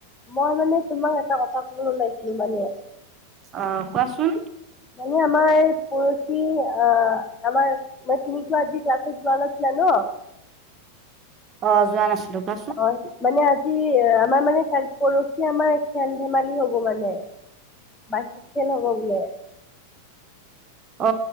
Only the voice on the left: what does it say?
মই মানে তোমাক এটা কথা ক'ব ওলাইছিলো মানে।
মানে আমাৰ পৰহি আ - আমাৰ মই তুমি টো আজি ক্লাছত যোৱা নাছিল ন।
অ, মানে আজি আমাৰ মানে পৰহি আমাৰ খেল ধেমালি হব মানে। বাকী খেল হ'ব বোলে।